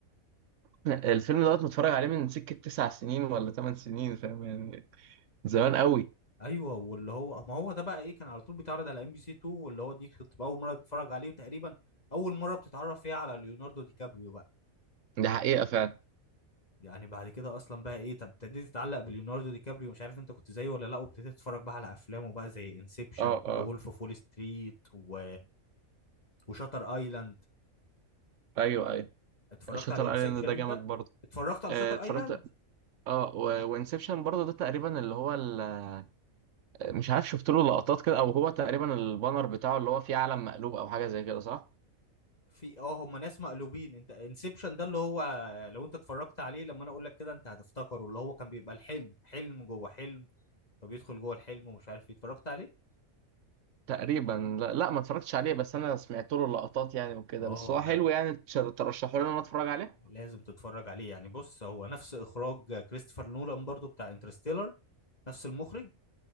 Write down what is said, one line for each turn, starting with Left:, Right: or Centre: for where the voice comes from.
Right: <laughs> الفيلم دوت متفرج عليه من سكه تسع سنين ولا ثمان سنين فاهم يعني زمان قوي
Left: ايوه واللي هو ما هو ده بقى ايه كان على طول بيتعرض على ام بي سي 2 واللي هو دي كانت اول مره تتفرج عليه وتقريبا اول مره بتتعرف فيها على ليوناردو دي كابريو بقى.
Right: دي حقيقه فعلا
Left: يعني بعد كده اصلا بقى ايه طب ابتديت تتعلق بليوناردو دي كابريو مش عارف انت كنت زيه ولا لا وابتديت تتفرج بقى على افلامه بقى زي انسبشن
Right: اه اه
Left: ذا وولف اوف وول ستريت و وشاتر ايلاند
Right: ايوه ايوه
Left: اتفرجت
Right: شاتر
Left: على انسبشن
Right: ايلاند ده
Left: انت
Right: جامد برضه
Left: اتفرجت على
Right: آه،
Left: شاتر
Right: اتفرجت
Left: ايلاند
Right: اه وانسبشن برضه ده تقريبا اللي هو ال- مش عارف شفت له لقطات كده او هو تقريبا البانر بتاعه اللي هو فيه علم مقلوب او حاجه زي كده صح
Left: في اه هم ناس مقلوبين انت انسبشن ده اللي هو لو انت اتفرجت عليه لما انا اقول لك كده انت هتفتكره اللي هو كان بيبقى الحلم حلم جوه حلم فبيدخل جوه الحلم ومش عارف ايه اتفرجت عليه
Right: تقريبا لا, لا ما اتفرجتش عليه بس انا سمعت له لقطات يعني وكده
Left: اه
Right: بس هو حلو
Left: لا
Right: يعني تشر- ترشحوا لي ان انا اتفرج عليه
Left: لازم تتفرج عليه يعني بص هو نفس اخراج كريستوفر نولان برضو بتاع انترستيلر نفس المخرج